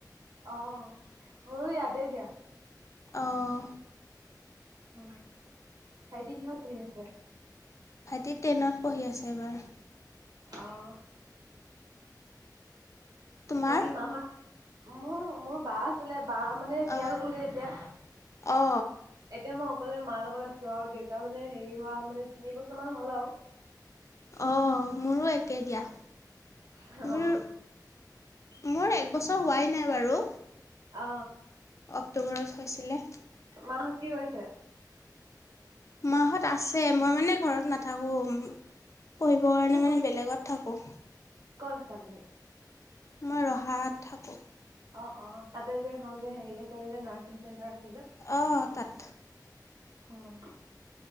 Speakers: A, on the right (about 60°); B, on the left (about 45°).
A: অ মোৰো ইয়াতে দিয়া
B: অহ
A: উ ভাইটি কিহত পঢ়ি আছে?
B: ভাইটি টেনত পঢ়ি আছে এবাৰ।
A: অহ
B: তোমাৰ
A: বাকী মাহত মোৰ মোৰ বা আছিলে। বা মানে বিয়া
B: অ
A: হলগৈ এতিয়া
B: অ
A: এতিয়া মই অকলে মাৰ লগত আছো আৰু দেউতা মানে হেৰি হোৱা মানে তিনি বছৰ মান হ'ল আও।
B: অ মোৰো একে দিয়া।
A: অ
B: মোৰ মোৰ একবছৰ হোৱাই নাই বাৰু।
A: অ
B: অক্টোবৰত হৈছিলে।
A: মাহত কি কৰিছে
B: মাহঁত আছে মই মানে ঘৰত নাথাকোঁ। পঢ়িবৰ কাৰণে
A: তুমি
B: মানে
A: ক'ত
B: বেলেগত থাকোঁ।
A: ক'ত আছা তুমি।
B: মই ৰহাত থাকো।
A: অ অ তাতে যে এখন যে হেৰি আছে যে নাৰ্ছিং চেণ্টাৰ আছে যে।
B: অ তাত।
A: উম